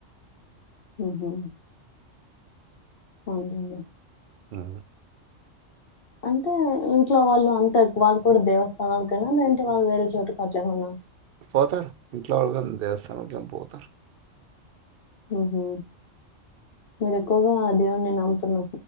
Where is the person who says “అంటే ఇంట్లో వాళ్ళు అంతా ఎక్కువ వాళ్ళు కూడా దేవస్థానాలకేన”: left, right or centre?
Left